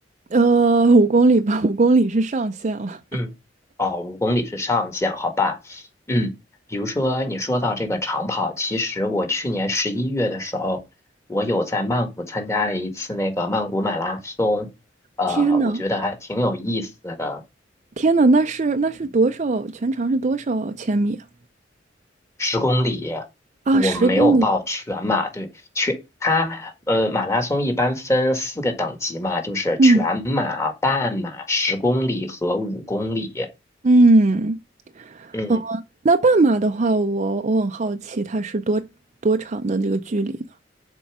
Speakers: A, on the right; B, on the left.
A: 呃，五公里吧，五公里是上限了。
B: 嗯，哦，五公里是上限，好吧？嗯，比如说你说到这个长跑，其实我去年十一月的时候，我有在曼谷参加了一次那个曼谷马拉松，呃，
A: 天呐！
B: 我觉得还挺有意思的。
A: 天呐，那是那是多少？全长是多少千米啊？
B: 十公里，
A: 啊，
B: 我没有报全马，
A: 十公里。
B: 对，全它呃马拉松一般分四个等级嘛，就是全马、
A: 嗯
B: 半马、十公里和五公里。
A: 嗯，
B: 嗯。
A: 哦，那半马的话，我我很好奇，它是多多长的这个距离呢